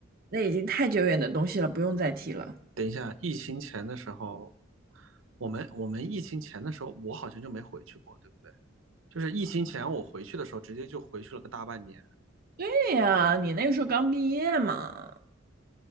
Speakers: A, on the right (about 50°); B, on the right (about 85°).
A: 那已经太久远的东西了，不用再提了。
B: 等一下，疫情前的时候，我们我们疫情前的时候，我好像就没回去过，对不对？就是疫情前我回去的时候，直接就回去了个大半年。
A: 对呀，你那个时候刚毕业嘛，